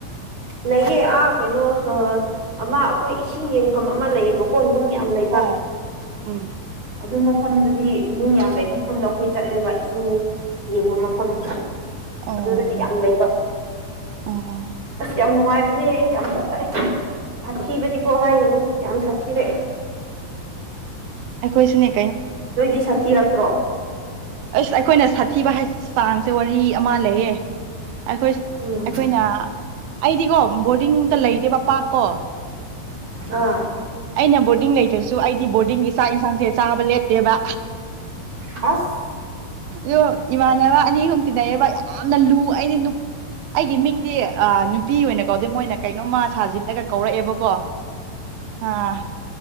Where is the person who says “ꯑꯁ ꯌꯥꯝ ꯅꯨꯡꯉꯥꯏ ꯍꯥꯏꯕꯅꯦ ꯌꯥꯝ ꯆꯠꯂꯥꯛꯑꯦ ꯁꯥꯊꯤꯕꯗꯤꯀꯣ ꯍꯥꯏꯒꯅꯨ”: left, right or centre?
Right